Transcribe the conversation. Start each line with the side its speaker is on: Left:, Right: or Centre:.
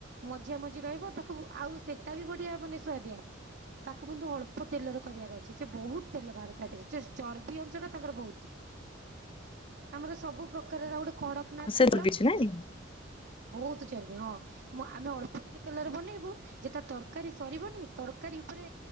Right: ମଝିଆ ମଝି ରହିବ ତାକୁ ଆଉ ସେଟା ବି ବଢିଆ ମାନେ ସୁଆଦିଆ। ତାକୁ କିନ୍ତୁ ଅଳ୍ପ ତେଲରେ କରିବାର ଅଛି ସେ ବହୁତ ତେଲ ବାହାରେ ତା ଦେହରେ ଚର୍ବି ଅଂଶ ଟା ତାଙ୍କର ବହୁତ। ଆମର ସବୁ ପ୍ରକାରର ଗୋଟେ କଡ଼କନାଥ
Left: ସେ
Right: କୁକୁଡା
Left: କିଛି ନାଇଁ
Right: ବହୁତ ଚର୍ବି ହଁ। ମୁଁ ଆମେ ଅଳ୍ପ ଟିକେ ତେଲରେ ବନେଇବୁ ଯେତେବେଳେ ତରକାରୀ ସରିବନି ତରକାରୀ ଉପରେ